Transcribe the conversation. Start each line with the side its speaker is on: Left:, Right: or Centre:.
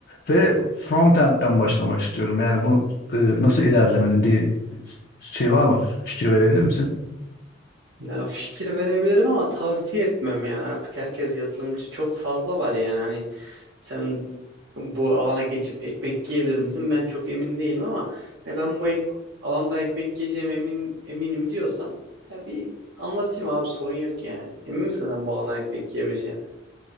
Left: ve front frontend'den başlamak istiyorum. Yani bu e, nasıl ilerlemenin bir şey var mı? Fikir verebilir misin?
Right: Ya fikir verebilirim ama tavsiye etmem yani artık herkes yazılımcı çok fazla var yani hani sen bu alana geçip ekmek yiyebilir misin? Ben çok emin değilim ama hani ben bu ek alanda ekmek yiyeceğim emin eminim diyorsan ya bir anlatayım abi sorun yok yani. Emin misin sen bu alandan ekmek yiyebileceğini?